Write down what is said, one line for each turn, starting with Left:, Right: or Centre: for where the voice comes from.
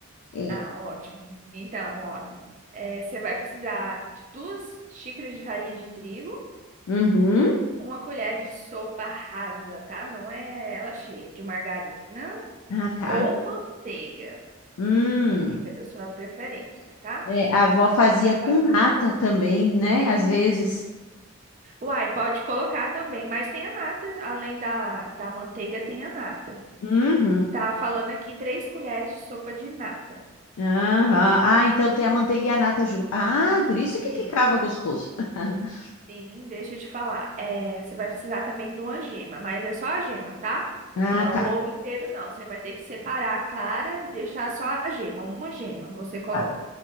Left: É.
Right: Ah, ótimo. Então, olha, eh, você vai precisar de duas xícaras de farinha de trigo,
Left: Uhum.
Right: uma colher de sopa rasa, tá? Não é ela cheia, de margarina
Left: Ah, tá.
Right: ou manteiga.
Left: Hum.
Right: Fica da sua preferência, tá?
Left: É, a avó fazia com
Right: Vai-
Left: nata também, né? Às vezes.
Right: Uai, pode colocar também, mas tem a nata. Além da, da manteiga, tem a nata.
Left: Uhum.
Right: Tá falando aqui três colheres de sopa de nata.
Left: Aham. Ah, então tem a manteiga e a nata junto. Ah, por isso que
Right: Sim.
Left: ficava gostoso. <laughs>
Right: Sim, deixa eu te falar. É, você vai precisar também de uma gema, mas é só a gema, tá? Não
Left: Ah,
Right: é
Left: tá.
Right: o ovo inteiro, não. Você vai ter que separar a clara e deixar só a gema, uma gema você coloca.
Left: Tá.